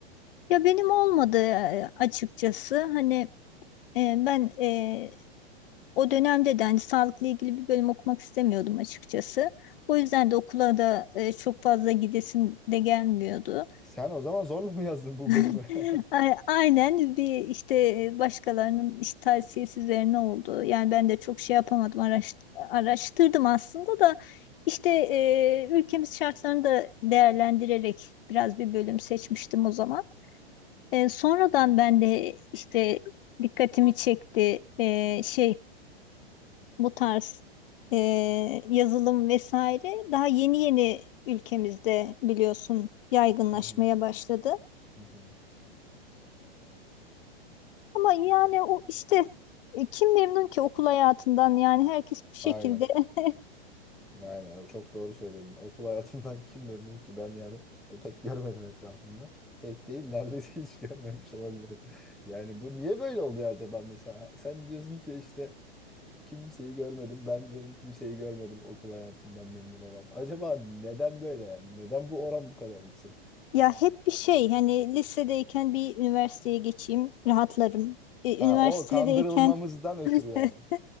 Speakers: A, on the left; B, in the centre.
A: Ya benim olmadı e, açıkçası. Hani e, ben e, o dönemde de hani sağlıkla ilgili bir bölüm okumak istemiyordum açıkçası. O yüzden de okula da e, çok fazla gidesim de gelmiyordu.
B: Sen o zaman zorla mı yazdın bu
A: <laughs>
B: bölümü? <laughs>
A: A- Aynen bir işte başkalarının işte tavsiyesi üzerine oldu. Yani ben de çok şey yapamadım, araş- araştırdım aslında da işte e, ülkemiz şartlarını da değerlendirerek biraz bir bölüm seçmiştim o zaman. E, sonradan
B: Ha,
A: ben de işte dikkatimi çekti e, şey bu tarz e, yazılım vesaire daha yeni yeni ülkemizde biliyorsun yaygınlaşmaya
B: hı hı,
A: başladı.
B: hı hı.
A: Ama yani o işte e, kim memnun ki okul hayatından yani herkes bir şekilde
B: Aynen.
A: <laughs>
B: Yani e, çok doğru söyledin. Okul hayatından <laughs> kim memnun ki? Ben yani e, pek görmedim etrafımda. Tek değil neredeyse hiç <laughs> görmemiş olabilirim. Yani bu niye böyle oluyor acaba mesela? Sen diyorsun ki işte e, kimseyi görmedim. Ben diyorum kimseyi görmedim okul hayatından memnun olan. Acaba neden böyle yani? Neden bu oran bu kadar yüksek?
A: ya hep bir şey hani lisedeyken bir üniversiteye geçeyim rahatlarım. E,
B: Ha,
A: üniversitedeyken
B: o kandırılmamızdan ötürü yani.
A: <laughs>